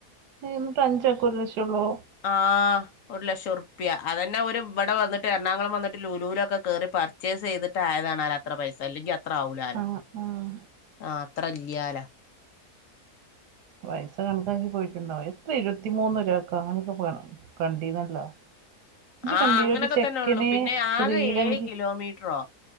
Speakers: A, on the right; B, on the left.
A: എഹ് എന്നിട്ട് അഞ്ചാക്കൊരു ലക്ഷളളൂ
B: ആഹ് ഒരു ലക്ഷം ഉറുപ്യ അതന്നെ ഒരു ഇവിടെ വന്നിട്ട് എറണാകുളം വന്നിട്ട് ലലൂലൊക്കെ കേറി പ ർച്ചേ സ് ചെയ്തിട്ട് ആയതാണാല അത്ര പൈസ അല്ലെങ്കിൽ അത്ര ആവൂലലോ
A: ആഹ് ആഹ്
B: ആഹ് അത്ര ഇല്ലാല
A: പൈസ കണക്കാക്കി പോയിട്ട്ണ്ടാവുംഎത്ത ഇരുത്തി മൂന്ന് ര്ക്കെ അങ്ങനെയൊക്കെ കണ്ടീന്നല്ലോ ഇജി
B: ആ
A: കണ്ടീനൊ
B: അങ്ങനൊക്കെ
A: ര് ചെക്ക
B: തന്നെ ഉള്ളു
A: ന്
B: പിന്നെ
A: ശ്രീലങ്കി
B: ആകെ ഏഴ് കിലോമീറ്ററോ